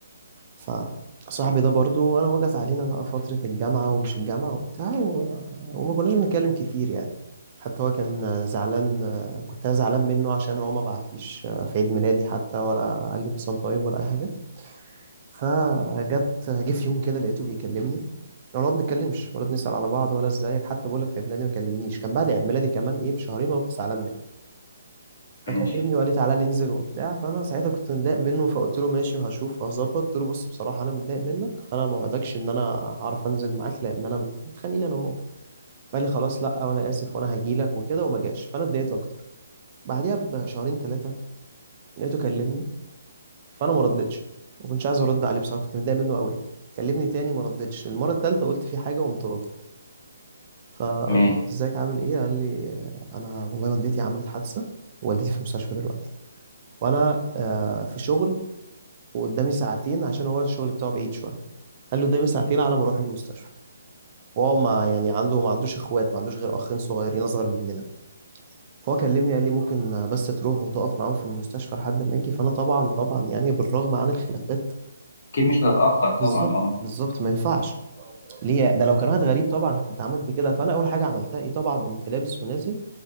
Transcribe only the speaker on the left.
ماشي
ماشي
اكيد مش هتتأخر طبعا
اه